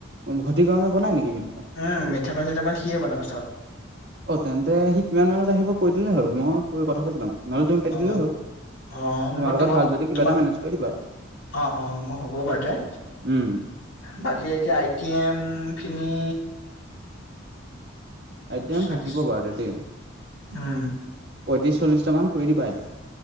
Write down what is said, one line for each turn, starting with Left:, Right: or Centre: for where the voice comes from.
Right: ঘটি কৰমে বনাই নেকি মিঠাপান?
Left: উম মিঠাপান চিঠাপান সিয়ে বনাব চব।
Right: অ তেন্তে সি কিমান মানত আহিব কৈ দিলে হ'ল, মই কৈ কথা পাতি ল'ম নহলে তমি পাতি
Left: অ
Right: দিলও হ'ল।
Left: অ
Right: তোমাৰ
Left: মই
Right: লগত
Left: তোমাক
Right: ভাল যদি কিবা
Left: তোমাৰ
Right: এটা মেনেজ কৰি দিবা আৰু
Left: অ অ মই হ'ব বাৰু তে
Right: উম,
Left: বাকী এতিয়া আইটেম খিনি
Right: আইটেম
Left: চল্লিশ
Right: থাকিব বাৰু তে দেই।
Left: উম
Right: পঁয়ত্ৰিশ চল্লিশটা মান কৰি দিবা এতে,